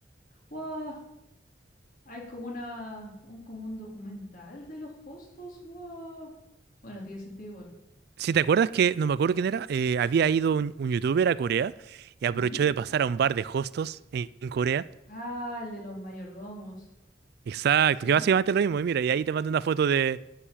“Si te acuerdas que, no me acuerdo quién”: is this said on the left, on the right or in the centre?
Right